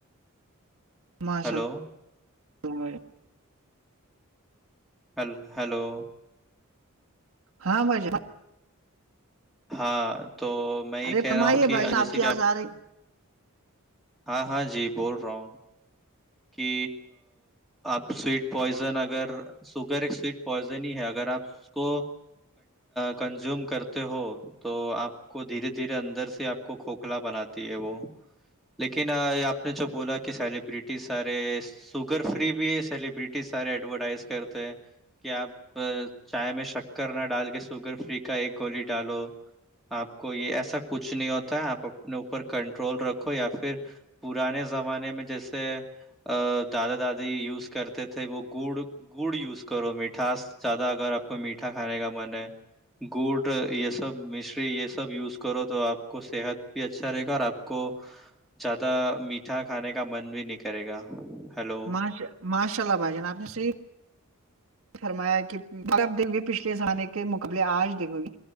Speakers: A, on the right (about 70°); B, in the centre.
A: ماشاء
B: ہیلو
A: اللہ
B: ہیل ہلو
A: ہاں بھائیا
B: ہاں تو میں یہ
A: ارے
B: کہہ
A: فرمائیے
B: رہا ہوں کہ
A: بھائی جان
B: جیسے
A: کی
B: کہ
A: آواز
B: آپ
A: آ رہی
B: ہاں ہاں جی بول رہا ہوں کہ آپ سویٹ پوائزن اگر سوگر ایک سویٹ پوائزن ہی ہے اگر آپ اس کو کنزیوم کرتے ہو تو آپ کو دھیرے دھیرے اندر سے آپ کو کھوکھلا بناتی ہے وہ لیکن آپ نے جو بولا کہ سیلیبرٹی سارے سوگر فری بھی سیلیبرٹی سارے ایڈورٹائز کرتے ہیں کہ آپ چائے میں شکر نہ ڈال کے سوگر فری کا ایک گولی ڈالو آپ کو یہ ایسا کچھ نہیں ہوتا ہے آپ اپنے اوپر کنٹرول رکھو یا پھر پرانے زمانے میں جیسے ا دادا دادی یوز کرتے تھے وہ گڑ گڑ یوز کرو میٹھاس زیادہ اگر آپ کو میٹھا کھانے کا من ہے گڑ یہ سب مشری یہ سب یوز کرو تو آپ کو صحت بھی اچھا رہے گا اور آپ کو زیادہ میٹھا کھانے کا من بھی نہیں کرے گا ہیلو
A: ماش ماشا اللہ بھجن آپ نے صی فرمایا کہ آب دو گے پچھلے زہان کے مقابلے آج دیکھو گی